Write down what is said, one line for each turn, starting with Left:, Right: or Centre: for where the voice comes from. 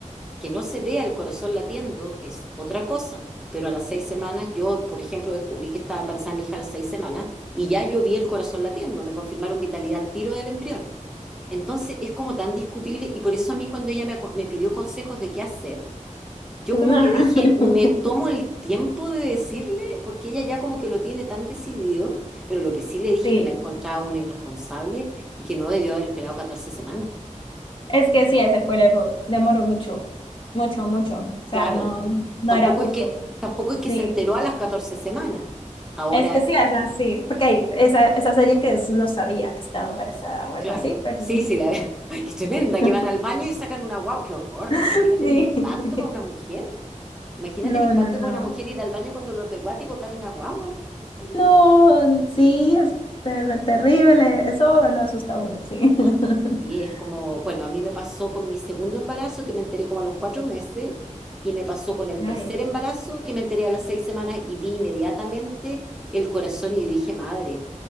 Centre: Que no se vea el corazón latiendo es otra cosa. Pero a las seis semanas, yo, por ejemplo, descubrí que estaba embarazada mi hija a las seis semanas y ya yo vi el corazón latiendo, me confirmaron vitalidad al tiro del embrión. Entonces es como tan discutible y por eso a mí cuando ella me, aco- me pidió consejos de qué hacer, yo
Left: Tú
Centre: como
Left: no.
Centre: que
Left: <laughs>
Centre: dije, me tomo el tiempo de decirle, porque ella ya como que lo tiene tan decidido, pero lo que sí le dije
Left: Sí,
Centre: que la encontraba una irresponsable y que no debió haber esperado catorce semanas.
Left: es que sí, ese fue el error, demoró mucho, mucho, mucho, o sea,
Centre: Claro,
Left: no, no, no
Centre: tampoco
Left: era justo,
Centre: es que, tampoco es
Left: sí.
Centre: que se enteró a las 14 semanas. Ahora,
Left: Es que sí, esa sí, porque hay esa, esa serie que es, no sabía que estaba embarazada o algo
Centre: claro,
Left: así, pero...
Centre: sí, sí, la, <laughs> ¡Ay, qué tremenda,
Left: <laughs>
Centre: que van al baño y sacan una guau, qué horror, imagínate
Left: <laughs>
Centre: el impacto para una
Left: Sí.
Centre: mujer. Imagínate
Left: No,
Centre: el impacto
Left: no, no.
Centre: para una mujer ir al baño con dolor de guata y botar una guagua.
Left: No, sí, es, es terrible. Eso lo asusta a uno, sí. <laughs>
Centre: Y es como, bueno, a mí me pasó con mi segundo embarazo, que me enteré como a los cuatro meses, y me pasó con el
Left: Ay,
Centre: tercer embarazo, que me enteré a las seis semanas y vi inmediatamente el corazón y dije, madre,